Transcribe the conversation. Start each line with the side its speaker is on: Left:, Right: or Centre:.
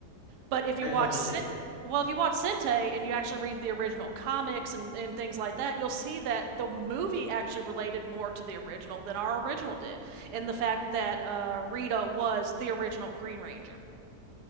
Right: But if you
Left: I
Right: watch
Left: felt the
Right: Sen-
Left: same way.
Right: well, if you watch Sente and you actually read the original comics and, and things like that, you'll see that the movie actually related more to the original than our original did, And the fact that uh, Rita was the original Green Ranger.